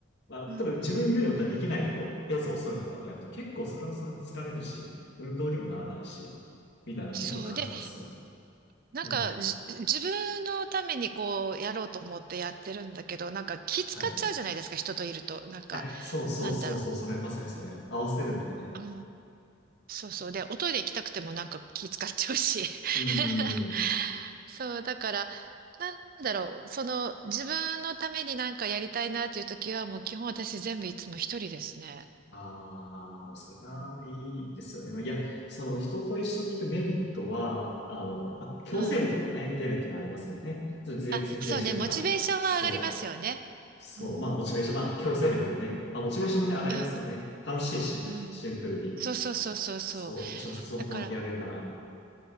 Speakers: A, on the left (about 60°); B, on the right (about 45°).
A: まあ、
B: うん。
A: ただ自分よりもできない人、ペース遅い人とかでやると結構それはそれで疲れるし、運動にもならないし、みたいな結構感じますね。
B: そう。で、なんか、
A: うん。
B: じ自分のためにこう、やろうと思ってやってるんだけど、なんか気使っちゃうじゃないですか、
A: はい。
B: 人といると。なんか、
A: あ、そうそうそうそう、
B: なんだろ
A: それ、まさにそれ、合わせるのがね。
B: う。うん。そうそう。で、おトイレ行きたくてもなんか気使っちゃうし。
A: うー
B: <laughs>
A: ん。
B: そう、だから、なんだろう、その、自分のためになんかやりたいなという時は、もう基本私全部いつも一人ですね。
A: ああ、まあでもそれがいいですよね。
B: うん。
A: まあ、いや、その人と一緒に行くメリットは、あの、まあ、強制力がね、
B: うん。
A: 出るっていうのはありますけどね。それ事前に設定してるから。
B: あ、そうね、モチベーションは上がりますよね。
A: そう、そう。
B: うん。
A: まあ、モチベーション、まあ、強制力のね。まあ、モチベーションもね、上がりますよね。
B: うん。
A: 楽しいし、
B: うん。うんそうそうそうそうそう。
A: シンプルに。そう、一緒に誘ってもらってやれるなら。
B: だから、